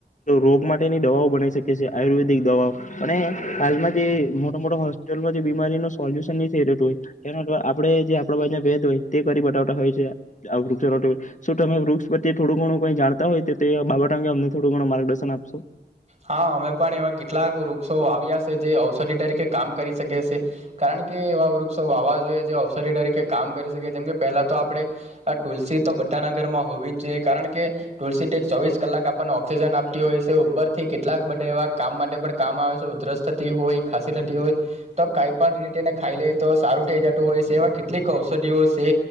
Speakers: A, on the left; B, on the right.
A: રોગ માટેની દવાઓ બનાવી શકી છીએ આયુર્વેદિક દવાઓ અને હાલમાં જે મોટા મોટા હો માં જે બીમારી ન સોલ્યુશન થઈત હોયના આપણે જે આપ બાજના વેદ હોય તે કરી બટાવટા હોય છે, <unintelligible> તમે વૃક્ષ પ્રત્યે થોડું ઘણું કઈ જાણતા હોય તો તે બાબટ અંગે અમને થોડું ઘણું માર્ગદર્શન આપશો.
B: હા અમે પણ એવા કેટલા વૃક્ષો <unintelligible> જે ઔષધિ તરીકે કામ કરી શકે છે. કારણ <unintelligible> વાવા જોઈએ જે અવસરી તરીકે કામ કરી શકે જેમ કે પહેલા તો આપણે આ તુલસી તો બધાના ઘરમાં હોવી જ જોઈએ કારણ કે તુલસી ચોવીસ કલાક આપણને ઓક્સિજન આપતી હોય છે. ઉપરથી કેટલાક બધા એવા કામ માટે પણ કામ આવે છે, ઉધરસ થતી હોય ખાસી થતી હોય તો કઈ પણ રીતેને ખાઈ લે તો સારું થઈ જતું હોય છેવા કેટલીક ઔષધિઓ છે,